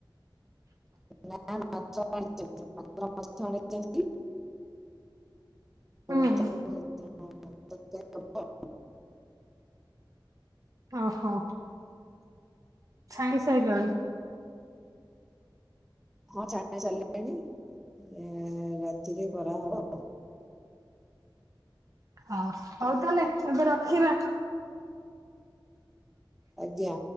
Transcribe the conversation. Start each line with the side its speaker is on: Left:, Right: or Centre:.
Centre: <inaudible> ମାଛ ଆଣିଚନ୍ତି ଭାକୁର ମାଛ ଆଣିଚନ୍ତି। <inaudible>
Right: ହୁଁ ଓହୋ। ଛାଣି ସାଇଲଣି।
Centre: ହଁ ଛାଣି ସାରଲେଣି ଏଁ ରାତିରେ କରା ହବ।
Right: ହଁ ହଉ ତାହେଲେ ଏବେ ରଖିବା।
Centre: ଆଜ୍ଞା।